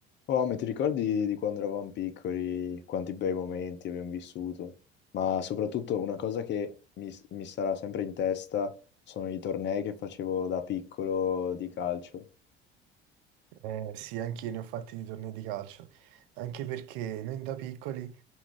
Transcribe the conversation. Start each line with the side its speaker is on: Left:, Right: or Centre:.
Left: Oh, ma ti ricordi di quando eravamo piccoli, quanti bei momenti abbiamo vissuto? Ma soprattutto una cosa che mi, mi sarà sempre in testa sono i tornei che facevo da piccolo di calcio.
Right: Eh, sì, anch'io ne ho fatti di tornei di calcio, anche perché noi da piccoli,